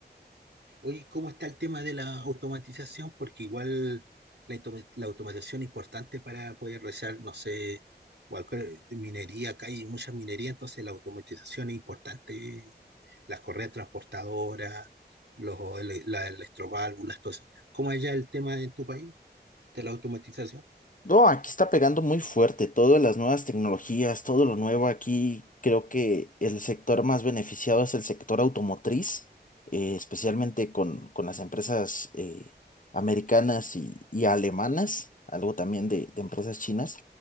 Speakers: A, on the right (about 80°); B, on the left (about 50°).
A: Oye, ¿cómo está el tema de la automatización? Porque igual la, automa- la automatización es importante para poder realizar, no sé, cualquier minería, acá hay muchas minerías, entonces la automatización es importante, las correas transportadoras, los, ele- las electroválvulas, todo eso. ¿Cómo es ya el tema en tu país de la automatización?
B: No, aquí está pegando muy fuerte todas las nuevas tecnologías, todo lo nuevo aquí. Creo que el sector más beneficiado es el sector automotriz, eh, especialmente con, con las empresas eh, americanas y, y alemanas, algo también de, de empresas chinas,